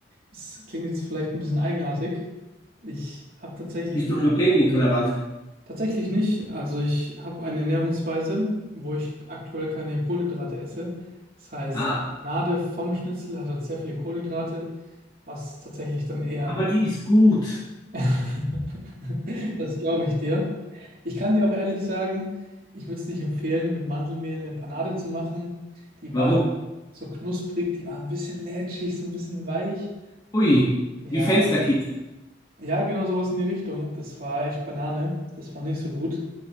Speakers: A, on the right; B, on the left.
A: Es klingt jetzt vielleicht ein bisschen eigenartig. Ich habe tatsächlich
B: bist
A: mal,
B: du glutenintolerant?
A: tatsächlich nicht. Also ich habe eine Ernährungsweise, wo ich aktuell keine Kohlenhydrate esse. Das heißt,
B: Ah,
A: die Gnade vom Schnitzel hat halt sehr viele Kohlenhydrate, was tatsächlich dann eher
B: aber die ist gut.
A: <laughs> Das glaube ich dir. Ich kann dir auch ehrlich sagen, ich würde es nicht empfehlen, mit Mandelmehl eine Panade zu machen. Die
B: Warum?
A: war Mhm. dann so knusprig, die war ein bisschen lätschig, so ein bisschen weich.
B: Ui,
A: Ja,
B: wie Fensterkit.
A: ja, genau sowas in die Richtung. Das war echt Banane. Das war nicht so gut.